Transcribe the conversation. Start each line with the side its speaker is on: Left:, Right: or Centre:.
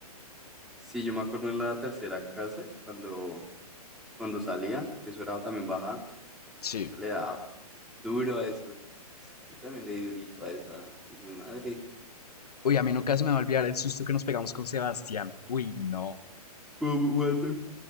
Centre: sí, yo me acuerdo en la tercera casa, cuando, cuando salía, que eso era también baja,
Left: Sí.
Centre: eso le daba duro a eso. Yo también le di durito a esa, hijo de madre.
Left: Uy, a mí nunca se me va a olvidar el susto que nos pegamos con Sebastián. Uy, no.
Centre: ¿Cómo, guato?